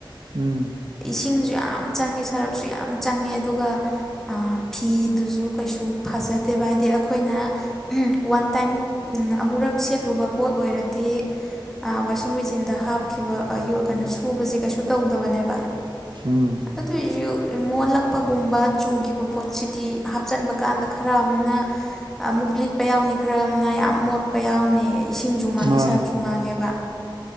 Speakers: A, on the right; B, in the centre.
A: ꯎꯝ
B: ꯏꯁꯤꯡꯁꯨ ꯌꯥꯝ ꯆꯪꯉꯦ ꯁꯔꯞꯁꯨ ꯌꯥꯝ ꯆꯪꯉꯦ ꯑꯗꯨꯒ ꯐꯤꯗꯨꯁꯨ ꯀꯩꯁꯨ ꯐ ꯐꯖꯗꯦ ꯚ ꯍꯥꯏꯗꯤ ꯑꯩꯈꯣꯏꯅ ꯋꯥꯟ ꯇꯥꯏꯝ ꯑꯃꯨꯔꯛ ꯁꯦꯠꯂꯨꯕ ꯄꯣꯠ ꯑꯣꯏꯔꯗꯤ ꯋꯥꯁꯤꯡ ꯃꯦꯆꯤꯟꯗ ꯍꯥꯞꯈꯤꯕ ꯀꯩꯅꯣ ꯁꯨꯕꯁꯦ ꯀꯩꯁꯨ ꯇꯧꯗꯕꯅꯦꯕ
A: ꯎꯝ
B: ꯑꯗꯣ ꯃꯣꯜꯂꯛꯄꯒꯨꯝꯕ ꯆꯨꯈꯤꯕ ꯄꯣꯠꯁꯤꯗꯤ ꯍꯥꯞꯆꯟꯕ ꯀꯥꯟꯗ ꯈꯔ ꯑꯃꯅ ꯑꯃꯨꯛ ꯂꯤꯠꯄ ꯌꯥꯎꯅꯤ ꯈꯔ ꯑꯃꯅ ꯌꯥꯝ ꯃꯣꯠꯄ ꯌꯥꯎꯅꯤ ꯏꯁꯤꯡꯁꯨ ꯃꯥꯡꯉꯦ
A: ꯃꯥꯅꯦ
B: ꯁꯔꯞꯁꯨ ꯃꯥꯡꯉꯦꯕ